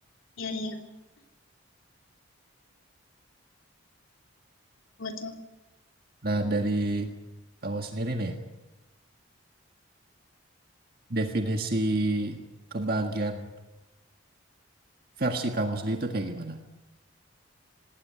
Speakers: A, on the left (about 75°); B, on the right (about 45°).
A: Iya iya betul.
B: nah dari kamu sendiri nih definisi kebahagiaan versi kamu sendiri itu kayak gimana